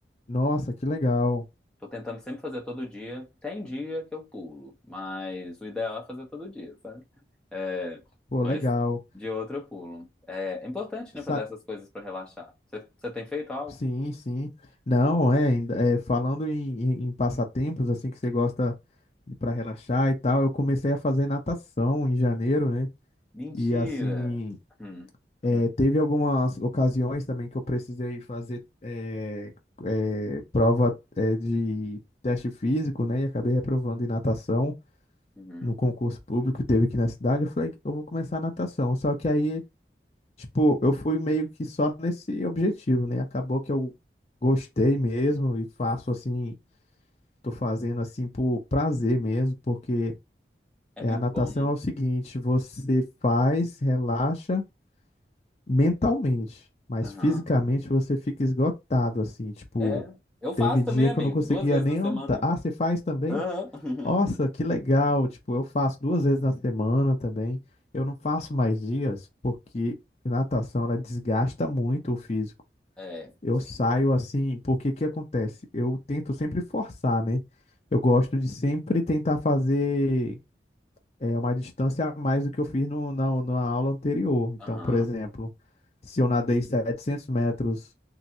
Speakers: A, on the left; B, in the centre.
A: Nossa, que legal.
B: Tô tentando sempre fazer todo dia. Tem dia que eu pulo, mas o ideal é fazer todo dia, sabe? É,
A: Pô,
B: mas
A: legal.
B: de outro eu pulo. É, é importante, né,
A: Sa-
B: fazer essas coisas pra relaxar. Você você tem feito algo?
A: Sim, sim. Não, é, ainda- é falando em, em- em passatempos, assim, que você gosta para relaxar e tal, eu comecei a fazer natação em janeiro, né?
B: Mentira!
A: E assim,
B: Hum,
A: é,
B: hum,
A: teve algumas ocasiões também que eu precisei fazer é, é, prova é, de teste físico, né? E acabei reprovando em natação
B: uhum.
A: no concurso público que teve aqui na cidade. Eu falei, eu vou começar a natação. Só que aí Tipo, eu fui meio que só nesse objetivo, né? Acabou que eu gostei mesmo e faço assim, tô fazendo assim por prazer mesmo, porque
B: É
A: é,
B: muito
A: a natação
B: bom, né?
A: é o seguinte, você faz, relaxa mentalmente, mas
B: Aham.
A: fisicamente você fica esgotado assim, tipo,
B: É, eu faço
A: teve dia
B: também, amigo,
A: que eu não conseguia
B: duas vezes
A: nem
B: na semana.
A: andar. Ah, você faz também?
B: Aham. <laughs>
A: Nossa, que legal! Tipo, eu faço duas vezes na semana também. Eu não faço mais dias porque natação ela desgasta muito o físico.
B: É,
A: Eu
B: sim.
A: saio assim, porque que acontece? Eu tento sempre forçar, né? Eu gosto de sempre tentar fazer é, uma distância a mais do que eu fiz no, na, na aula anterior. Então,
B: Aham,
A: por exemplo, se eu nadei 700 metros